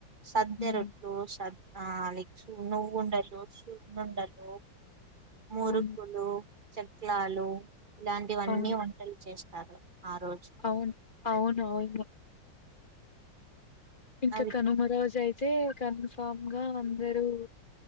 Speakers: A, on the right; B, on the left.
A: సద్దే
B: హ్మ్
A: రొట్లు సర్ ఆ లైక్ నువ్వుండలు సున్నుండలు మురుకులు
B: అవును.
A: చెక్లాలు ఇలాంటివన్నీ
B: అవును.
A: వంటలు చేస్తారు ఆ రోజు
B: అవును అవును అవును ఇంకా
A: అవి
B: కనుమ రోజు అయితే కన్ఫామ్ గా అందరూ